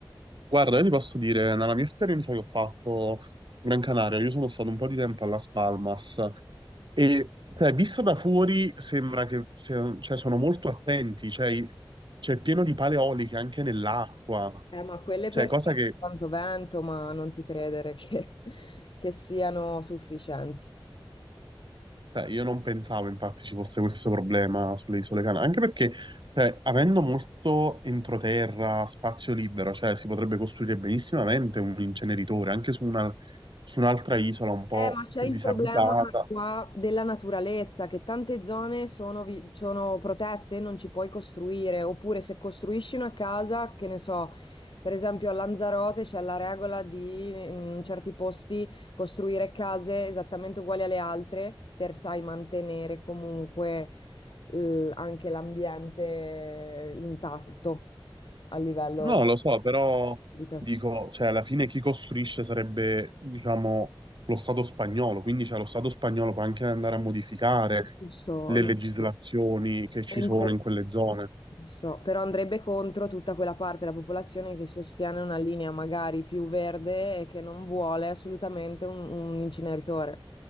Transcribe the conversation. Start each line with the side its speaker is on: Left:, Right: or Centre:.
Right: Guarda, io ti posso dire, nella mia esperienza che ho fatto Gran Canaria, io sono stato un po' di tempo a Las Palmas e cioè, vista da fuori sembra che se- cioè, sono molto attenti, cioè, i- c'è pieno di paleoliche anche nell'acqua,
Left: Eh, ma quelle
Right: cioè,
Left: perché
Right: cosa che
Left: tanto vento, ma non ti credere che, <laughs> che siano sufficienti.
Right: Cioè, io non pensavo infatti ci fosse questo problema sulle isole Canarie, anche perché cioè, avendo molto entroterra, spazio libero, cioè si potrebbe costruire benissimamente un inceneritore anche su una- su un'altra isola un po'
Left: Eh, ma c'è
Right: più
Left: il
Right: disabitata.
Left: problema qua della naturalezza, che tante zone sono, vi- sono protette, non ci puoi costruire, oppure se costruisci una casa, che ne so, per esempio a Lanzarote c'è la regola di in certi posti costruire case esattamente uguali alle altre per, sai, mantenere comunque l- anche l'ambiente intatto a livello
Right: No, lo so, però
Left: abitazionale.
Right: dico, cioè, alla fine chi costruisce sarebbe, diciamo, lo Stato spagnolo, quindi cioè, lo Stato spagnolo può anche andare a modificare
Left: Lo so,
Right: le
Left: lo
Right: legislazioni
Left: so.
Right: che ci
Left: E in
Right: sono
Left: que-
Right: in quelle zone.
Left: Non so, però andrebbe contro tutta quella parte della popolazione che sostiene una linea magari più verde e che non vuole assolutamente un, un inceneritore.